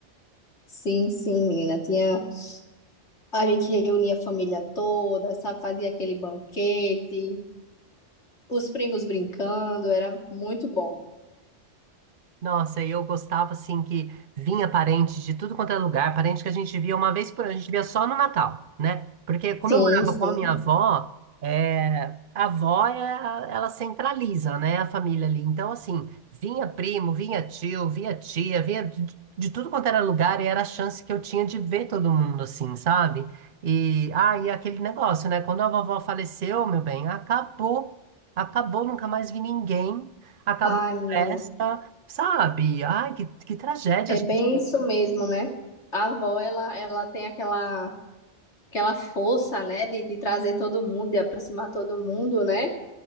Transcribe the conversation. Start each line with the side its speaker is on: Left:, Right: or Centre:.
Left: Sim, sim, menina. Tinha... A gente reunia a família toda, sabe? Fazia aquele banquete. os primos brincando, era muito bom.
Right: Nossa, e eu gostava assim que vinha parente de tudo quanto é lugar, parente que a gente via uma vez por ano, a gente via só no Natal, né? Porque como
Left: Sim,
Right: eu morava
Left: sim.
Right: com a minha avó, é, a avó é a- ela centraliza, né, a família ali. Então assim, vinha primo, vinha tio, vinha tia, vinha de, de tudo quanto era lugar e era a chance que eu tinha de ver todo mundo assim, sabe? E ah, e aquele negócio, né? Quando a vovó faleceu, meu bem, acabou, acabou, nunca mais vi ninguém, acabou
Left: Ai, menina,
Right: a festa. Sabe? Ai, que, que tragédia,
Left: é
Right: gente.
Left: bem isso mesmo, né? A avó, ela, ela tem aquela, aquela força, né, de, de trazer todo mundo, de aproximar todo mundo, né?